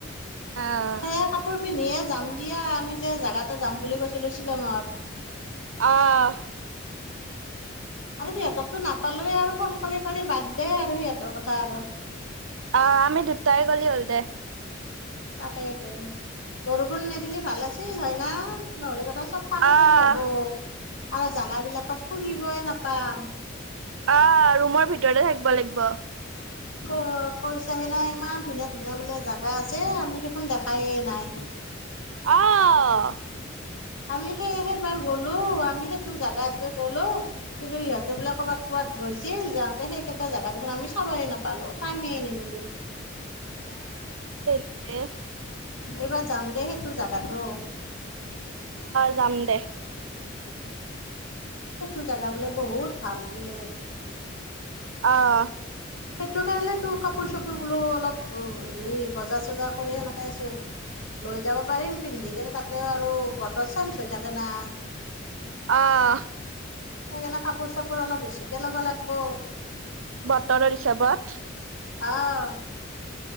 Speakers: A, on the right; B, on the left.
A: আহ
B: সেয়া কাপোৰ নিয়ে যাম দিয়া আমি যে জেগা এটা যাম বুলি কৈছিলো শ্বিলঙত
A: আহ
B: আৰু সিহঁতকতো নাপালোৱে আৰু ফোন কৰি কৰি বাদ দে আৰু সিহঁতৰ কথা আৰু
A: আহ আমি দুটাই গ'লি হ'ল দে
B: তাকেইটো বৰষুণ নিদিলি ভাল আছিল হয় না নহ'লে গটাই - চব পানী
A: আহ
B: পানী হ'ব আৰু জাগাবিলাকত ফুৰিবই নাপাম
A: আহ ৰুমৰ ভিতৰতে থাকিব লাগিব
B: ক কৈছাহে না ইমান ধুনীয়া ধুনীয়া বোলে জাগা আছে আমি দেখোন দেখায়ে নাই
A: আহ
B: আমি সেই সেইবাৰ গলো আমি সেইটো জেগাতে গ'লো কিন্তু ইহঁতে বোলে ক'বাত ক'বাত গৈছিল যাওঁতে সেইকেইটা জেগা দেখোন আমি চাবয় নাপালো টাইমেই নিমিলিল
A: এ
B: এইবাৰ যাম দে সেইটো জাগাটো
A: যাম দে
B: সেইটো জেগা বোলে বহুত ভাল বোলে
A: আহ
B: সেইটো কাৰণেতো কাপোৰ চাপোৰ বোলো অলপ হেৰি বজাৰ চজাৰ কৰি এনেকে আছে লৈ যাব পাৰিম পিন্ধি কেনে তাতে আৰু বতৰ চেঞ্জ হৈ থাকে না
A: অহ
B: সেইকাৰণে কাপোৰ চাপোৰ অলপ বেছিকে ল'ব লাগিব
A: বতৰৰ হিচাপত
B: অহ